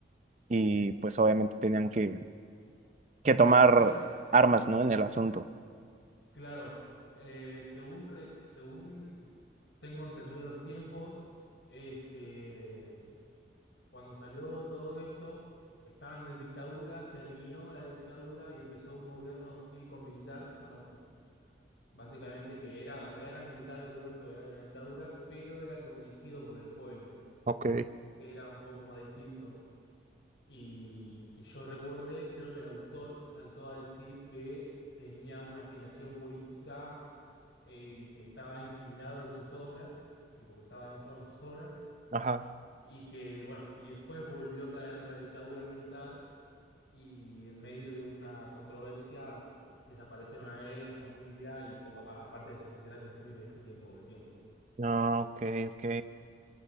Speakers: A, on the right (about 40°); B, on the left (about 80°).
A: y pues obviamente tenían que, que tomar
B: Creo,
A: armas, ¿no? En el asunto.
B: claro, eh, según, re- según tengo entendido los tiempos, este, cuando salió todo esto, estaban en dictadura, terminó la dictadura y empezó un gobierno cívico-militar, bueno, Básicamente que era, todavía era militar el gobierno, todavía era de una dictadura, pero era como elegido por el pueblo,
A: Ok,
B: que era un poco más distinto. Y que yo recuerde, creo que el autor saltó a decir que tenía una afiliación política eh, y que estaba inclinado en sus obras, tipo que estaba demostrado en sus obras,
A: ajá.
B: y que, bueno, y después volvió a caer la dictadura militar y en medio de una controversia desaparecieron a él, a su familia y poca, aparte de sus integrantes de su familia, ¿viste? Tiempo, el tiempo.
A: Ah, ok, ok.